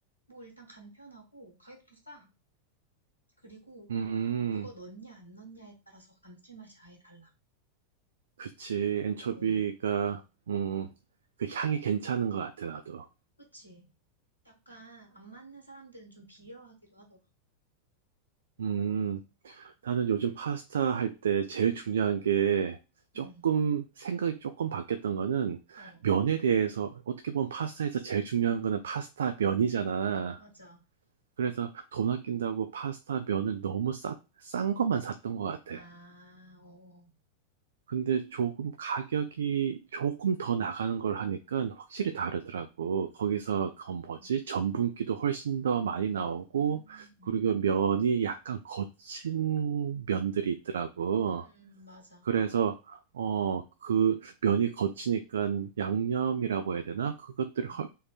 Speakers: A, on the left; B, on the right.
A: 뭐 일단 간편하고 가격도 싸. 그리고
B: 음.
A: 그거 넣냐 안 넣냐에 따라서 감칠맛이 아예 달라.
B: 그치. 엔초비가,
A: 어,
B: 음, 그 향이 괜찮은 것 같아, 나도.
A: 그치? 약간 안 맞는 사람들은 좀 비려하기도 하더라.
B: 음, 나는 요즘 파스타 할 때 제일 중요한 게 조금,
A: 응,
B: 생각이 조금 바뀌었던 거는
A: 어,
B: 면에 대해서, 어떻게 보면 파스타에서 제일 중요한 거는 파스타 면이잖아.
A: 맞아.
B: 그래서 돈 아낀다고 파스타 면을 너무 싸, 싼 것만 샀던 것 같아.
A: 아, 어,
B: 근데 조금 가격이 조금 더 나가는 걸 하니까 확실히 다르더라고. 거기서 그건
A: 음,
B: 뭐지? 전분기도 훨씬 더 많이
A: 음,
B: 나오고,
A: 응.
B: 그리고 면이 약간 거친 면들이 있더라고.
A: 음, 맞아.
B: 그래서, 어, 그 면이 거치니까 양념이라고 해야 되나? 그것들이
A: 어,
B: 훨-